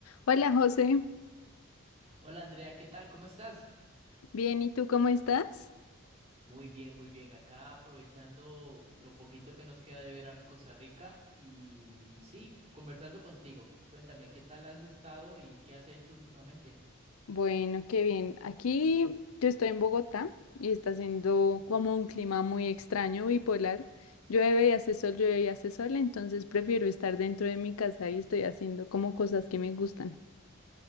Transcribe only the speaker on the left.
Hola José,
bien, ¿y tú cómo estás?
Bueno, qué bien. Aquí yo estoy en Bogotá y está haciendo como un clima muy extraño, bipolar. Llueve y hace sol, llueve y hace sol, entonces prefiero estar dentro de mi casa y estoy haciendo como cosas que me gustan.